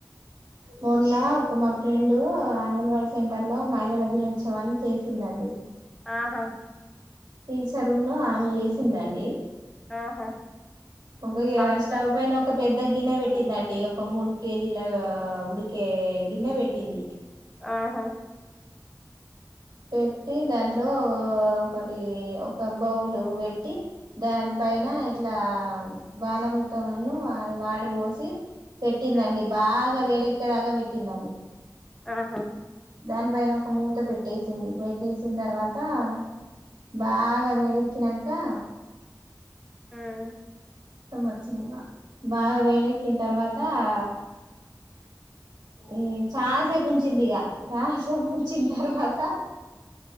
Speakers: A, on the right (about 80°); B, in the centre.
A: మొన్లా ఒక మా ఫ్రెండు అంగన్వాడీ సెంటర్ లో మహిళల దినోత్సవాన్ని చేసిందండి
B: ఆహా
A: టిసర్ ఉన్న ఆమే చేసిందండి
B: ఆహా
A: ఒగ యి యస్
B: బాగా
A: స్టవ్ పైన ఒక పెద్ ద్ద గిన్నె పెట్టిందండి ఒక మూడు కేజీల ఆ ఉడికే ఆ గిన్నె పెట్టింది
B: ఆహా
A: పెట్టి దాంట్లో ఒకటి ఒక బౌలు పెట్టి దాని పై పైన ఇట్లా బాలామృతం ను అ ద్ వాటర్ పోసి పెట్టిందండి
B: ఉమ్,
A: బాగా వేడెక్కేదాకా పెట్టిందండి
B: ఆహా
A: దాని పైన ఒక మూత పెట్టేసింది పెట్టేసిన్ తర్వాత అ బాగా వేడేకి నంకా
B: ఆ <unintelligible>
A: మొత్తం వచింగ బాగా వేడెకీ న్ తర్వాత అ ఈ చాన్ సేప్ ఉంచిదిగ చాన్ సేపు ఉంచిన్ తర్వాత